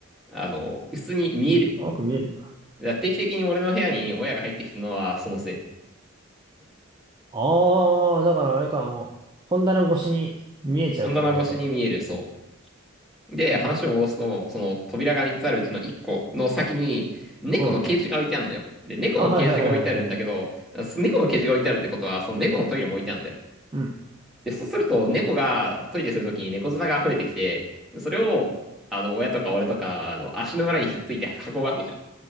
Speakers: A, in the centre; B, on the right.
A: あの、普通に見える。
B: よく見えるな。
A: だから定期的に俺の部屋に親が入ってきたのはそのせい。
B: ああ、だからあれか、もう、本棚越しに見えちゃうからってことか。
A: 本棚越しに見える、そう。で、
B: うん
A: 話を戻すと、その扉が3つあるうちの1個の先に、猫のケージが置いてあるんだよ。
B: うん。
A: で、猫のケージが置いてあるんだけど、
B: あ、はいはいはいはいはい。
A: そ猫のケージが置いてあるってことは、その猫のトイレも置いてあるんだよ。
B: うん。
A: で、そうすると、猫がトイレするときに猫砂が溢れてきて、それを、あの、親とか俺とか、あの、足の裏にひっついて運ぶわけじゃ